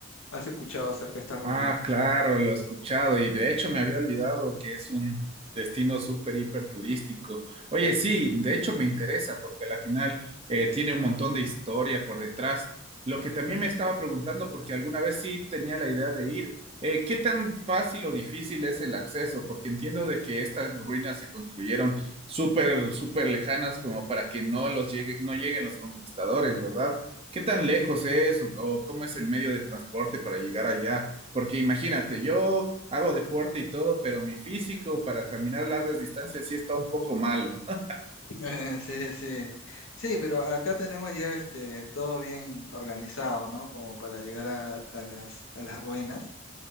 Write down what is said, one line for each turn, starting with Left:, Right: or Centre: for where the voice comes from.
Left: has escuchado acerca de estas ruinas.
Right: Ah, claro, lo he escuchado y de hecho me había olvidado que es un destino súper hiper turístico. Oye, sí, de hecho me interesa porque a la final eh, tiene un montón de historia por detrás. Lo que también me estaba preguntando, porque alguna vez sí tenía la idea de ir, eh, ¿qué tan fácil o difícil es el acceso? Porque entiendo de que estas ruinas se construyeron súper, súper lejanas como para que no los llegue- no lleguen los conquistadores, ¿verdad? ¿Qué tan lejos es o o cómo es el medio de transporte para llegar allá? Porque imagínate, yo hago deporte y todo, pero mi físico para caminar largas distancias sí está un poco malo. <laughs>
Left: <laughs> Sí, sí. Sí, pero acá tenemos ya este todo bien organizado, ¿no? Como para llegar a, a las, a las ruinas.